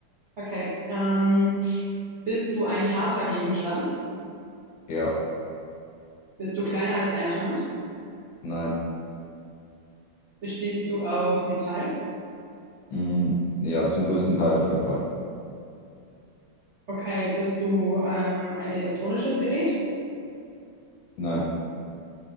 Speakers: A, on the right; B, on the left.
A: Okay. Ähm, bist du ein harter Gegenstand?
B: ja,
A: Bist du kleiner als eine Hand?
B: nein.
A: Bestehst du aus Metall?
B: Mm, ja, zum größten Teil auf jeden Fall.
A: Okay, bist du ähm, ein elektronisches Gerät?
B: Nein,